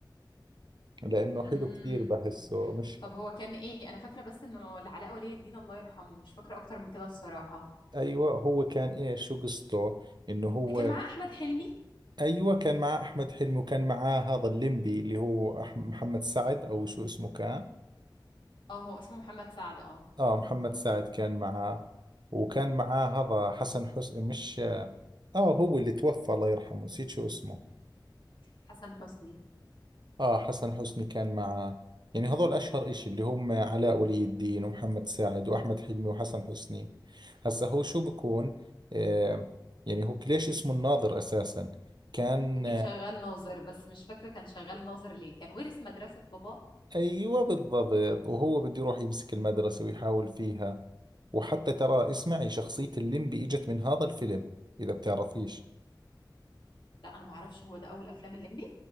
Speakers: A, on the right (about 65°); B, on the left (about 75°).
A: لانه
B: امم
A: حلو كثير بحسه مش
B: طب هو كان ايه انا فاكرة بس انه العلاء ولي الدين الله يرحمه مش فاكرة اكتر من كده الصراحة
A: ايوه هو كان ايش شو قصته انه هو
B: كان معاه احمد حلمي
A: ايوه كان معاه احمد حلمي وكان معاه هذا الليمبي اللي هو أح- محمد سعد او شو اسمه كان
B: اه هو اسمه محمد سعد اه
A: اه محمد سعد كان معاه وكان معاه هذا حسن حسني مش اه هو اللي توفى الله يرحمه نسيت شو اسمه
B: حسن حسني
A: اه حسن حسني كان معاه يعني هذول اشهر اشي اللي هم علاء ولي الدين ومحمد سعد واحمد حلمي وحسن حسني هسا هو شو بكون آه يعني هو ليش اسمه الناظر اساسا كان
B: اكيد شغال ناظر بس مش فاكره كان شغال ناظر ليه كان ورث مدرسه بابا
A: ايوه بالضبط وهو بده يروح يمسك المدرسة ويحاول فيها وحتى ترى اسمعي شخصية الليمبي اجت من هذا الفيلم اذا بتعرفيش
B: لا انا ما اعرفش هو ده اول افلام الليمبي